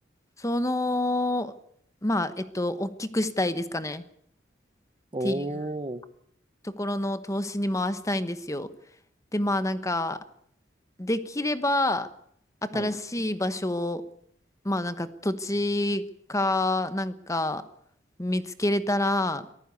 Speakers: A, on the left; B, on the right.
A: その、まあ、えっと、大きくしたいですかね。っていう
B: おお、
A: ところの投資に回したいんですよ。で、まあなんか、できれば新しい場所、
B: はい。
A: まあなんか土地かなんか見つけれたら、